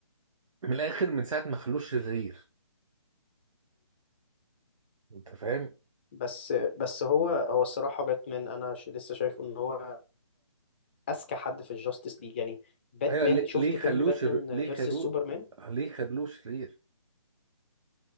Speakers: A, on the right; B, on the left.
A: من الاخر من ساعه ما خلوه شرير انت فاهم
B: بس بس هو هو الصراحة باتمان أنا ش- لسه شايفه إن هو أذكى حد في الجاستس ليج يعني باتمان
A: ايوه ليه
B: شفت
A: ليه
B: فيلم
A: خلوه
B: باتمان
A: شر... ليه
B: فيرسس
A: خلوه
B: سوبرمان
A: ليه خلوه شرير